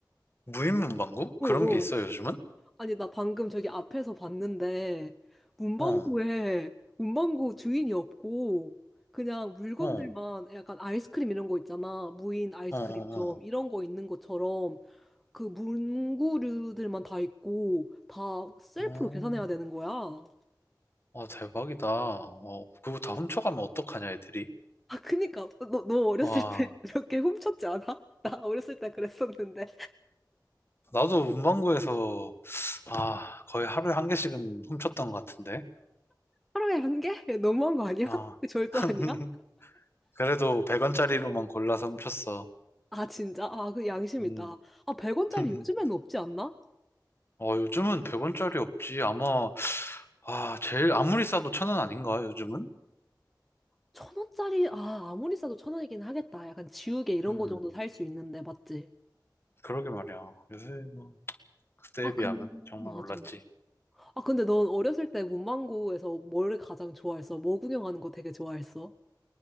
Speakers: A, on the left; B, in the centre.
A: 무인문방구?
B: 어어.
A: 그런 게 있어, 요즘은?
B: 아니, 나 방금 저기 앞에서 봤는데, 문방구에,
A: 어, 어,
B: 문방구 주인이 없고, 그냥 물건들만
A: 어,
B: 약간 아이스크림 이런 거 있잖아. 무인 아이스크림점,
A: 어, 어.
B: 이런 거 있는 것처럼, 그 문구류들만 다 있고, 다 셀프로
A: 어,
B: 계산해야 되는 거야. 아,
A: 와, 대박이다. 어, 그거 다 훔쳐가면 어떡하냐, 애들이.
B: 그니까. 너, 너 어렸을
A: 와,
B: 때 <laughs> 이렇게 훔쳤지 않아? 나 어렸을 때 그랬었는데.
A: 나도 문방구에서, 아, 거의 하루에 한 개씩은 훔쳤던 것 같은데.
B: 하루에 한 개? 너무한 거 아니야?
A: 아.
B: <laughs> 그 절도
A: <laughs>
B: 아니야?
A: 그래도 100원짜리로만 골라서 훔쳤어.
B: 아, 진짜? 아, 그 양심
A: 음.
B: 있다. 아, 100원짜리
A: <laughs>
B: 요즘에는 없지 않나?
A: 어, 요즘은 100원짜리 없지. 아마 아, 제일 아무리 싸도 천 원 아닌가, 요즘은?
B: 천 원짜리, 아, 아무리 싸도 천 원이긴 하겠다. 약간 지우개 이런
A: 음,
B: 거 정도 살 수 있는데, 맞지?
A: 그러게 말이야. 요새 뭐, 그때에
B: 아,
A: 비하면
B: 근,
A: 정말
B: 맞아.
A: 올랐지.
B: 아, 근데 넌 어렸을 때 문방구에서 뭘 가장 좋아했어? 뭐 구경하는 거 되게 좋아했어?